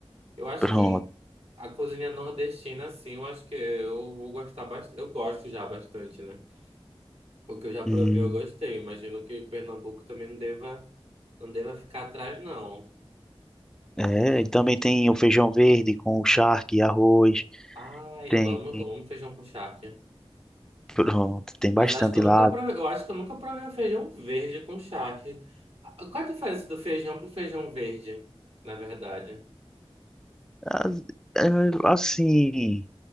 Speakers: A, on the right; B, in the centre.
A: Eu acho
B: Pronto.
A: que a cozinha nordestina, assim, eu acho que eu vou gostar bastante. Eu gosto já bastante, né? O que eu já provei,
B: Hum,
A: eu gostei. Imagino que Pernambuco também não deva, não deva ficar atrás, não.
B: é, e também tem o feijão verde com o charque, arroz,
A: Ai,
B: tem,
A: eu amo, eu amo feijão com charque.
B: pronto, tem
A: Mas
B: bastante
A: acho que eu nunca
B: lá.
A: provei, eu acho que eu nunca provei o feijão verde com charque. Ah, Qual a diferença do feijão pro feijão verde, na verdade?
B: Ah, é, Assim,